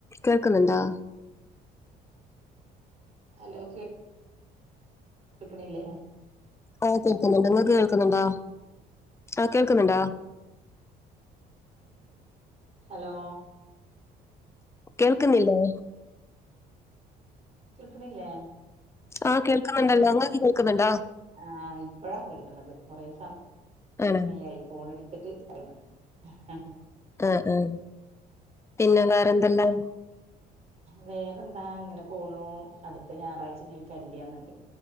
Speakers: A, on the left; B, on the right.
A: കേൾക്കുന്നുണ്ടോ?
B: ഹലോ കേ ക്ക്ണില്ല
A: ഓ കേൾക്കുന്നുണ്ട്. ഇങ്ങക്ക് കേൾക്കുന്നുണ്ടോ? ആ കേൾക്കുന്നുണ്ടോ?
B: ഹലോ
A: കേൾക്കുന്നില്ലേ?
B: കേക്ക്ണില്ലേ
A: ആഹ് കേൾക്കാന്നുണ്ടല്ലോ. ഇങ്ങക്ക് കേൾക്കുന്നുണ്ടോ?
B: ആഹ് ഇപ്പഴാ കേൾക്ക്നത് കൊറേ സമ
A: ആണോ
B: സമയായി ഫോണ് എടുത്തിട്ട് കേൾ ഹ ഹ
A: ആഹ് ആഹ് പിന്നെ വേറെന്തെല്ലാം?
B: വേറെന്താ ഇങ്ങനെ പോണു. അടുത്ത ഞാറാഴ്ച ഞ്ഞി ഒരു കല്യാണണ്ട്.